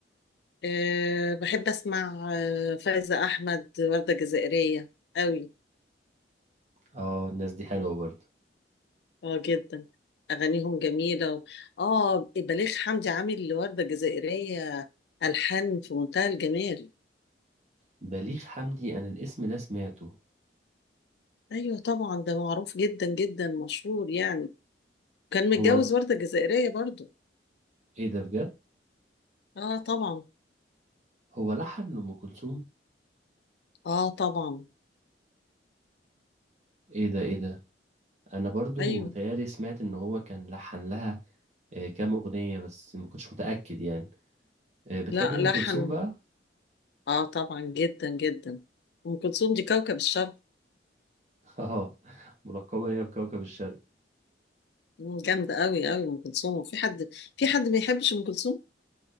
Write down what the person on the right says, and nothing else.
اه الناس دي حلوة برضو
بليغ حمدي انا الاسم ده سمعته
هو ل...
ايه ده بجد
هو لحن لأم كلثوم
ايه ده ايه ده انا برضو
بتهيالي سمعت ان هو كان لحن لها آه، كام اغنيه بس ما كنتش متاكد يعني آه، بتحبي
ام
كلثوم بقى
<laughs> اه ملقبه هي بكوكب الشرق